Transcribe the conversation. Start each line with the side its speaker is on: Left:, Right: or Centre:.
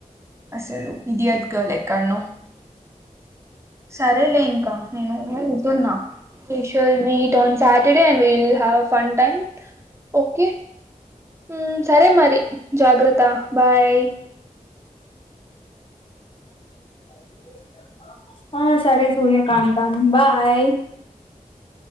Right: అసలు ఇడియట్ గల్ ఎక్కన్నో సరేలే ఇంకా నేను తున్నా special meet on Saturday we will have fun time okay um సరే మరి జాగ్రత్త బాయ్
Left: <unintelligible> ఆ సరే సూర్యకా తాను బాయ్